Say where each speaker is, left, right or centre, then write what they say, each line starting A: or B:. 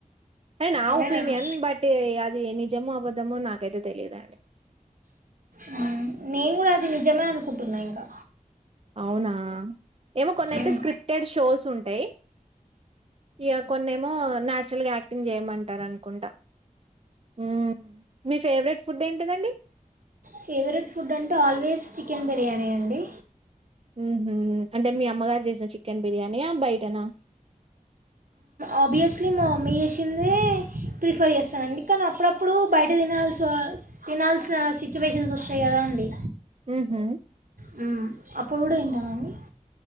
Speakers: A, on the right; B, on the right.
A: అని నా
B: అవునండి.
A: ఒపీనియన్ బట్ అది నిజమో అబద్ద్దమో నాకైతే తెలీయదండి
B: హు నిను కూడా అది నిజమే అ నుకుంటున్నా ఇంకా
A: అవునా ఏమో కొన్నయితే
B: హ్మ్.
A: స్క్రిప్టెడ్ షోస్ ఉం టై ఇగ కొన్నిమో నాచురల్గా యాక్టింగ్ చేయమంటారు అనుకుంటా హు మీ ఫేవరెట్ ఫుడ్ ఏంటిదండి
B: ఫేవరెట్ ఫుడ్ అంటే ఆల్వేస్ చికెన్ బిర్యానీ అండి
A: మ్ హు అంటే మీ అమ్మగారు చేసిన చికెన్ బిర్యానియా బయటనా
B: ఆబ్వియస్లీ మా మమ్మీ చేసిందే ప్రిఫర్ చేస్తానండి కానీ అప్పుడప్పుడు బయట తినాల్సి తినాల్సిన సిచ్యువేషన్స్ వస్తాయి కదా అండి
A: మ్ హు
B: మ్మ్ అప్పుడు కూడా <unintelligible>